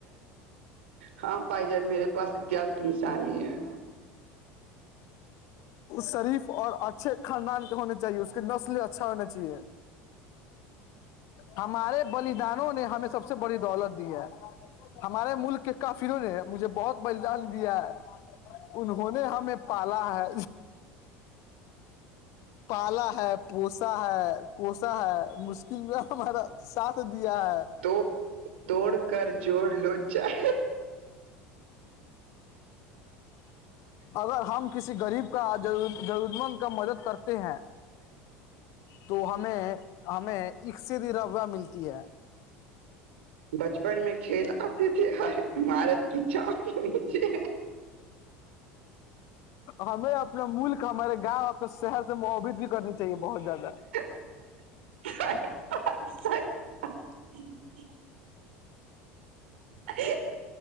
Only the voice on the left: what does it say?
شریف اور اچھے خاندان کے ہونے چاہیے اس کے نسل اچھا ہونا چاہیے ہمارے بلدانوں نے ہمیں سب سے بڑی دولت دی ہے ہمارے ملک کے کافروں نے مجھے بہت بلدان دیا ہے انہوں نے ہمیں پالا ہے پالا ہے پوسا ہے ا ہے مشکل میں ہمارا ساتھ دیا ہے
اگر ہم کسی گریب کا ضرور مند کا مدد کرتے ہیں تو ہمیں ہمیں حصے دی روا ملتی ہے
ہمیں اب اپنا ملک ہمارے گاؤں اپنے شہر سے محبت بھی کرنی چاہیے بہت زیادہ